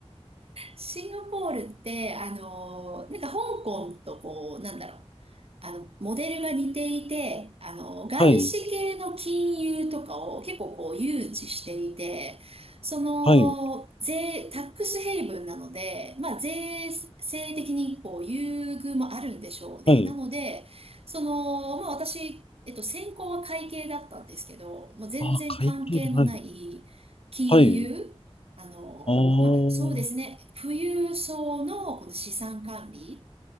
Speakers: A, on the right (about 60°); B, on the left (about 60°).
A: シンガポールって、あの、なんか香港とこう、なんだろう。あの、モデルが似ていて、あの、外資系の金融とかを結構こう誘致していて、
B: はい、
A: その、
B: はい、
A: 税、タックスヘイブンなので、まあ、税制的にこう優遇もあるんでしょうね。
B: はい。
A: なので、その、まあ、私、えっと、専攻は会計だったんですけど、もう全然関係のない金融あのーまあ、
B: あ、海外、はい、はい。お
A: そうですね。
B: ー、
A: 富裕層のこの資産管理、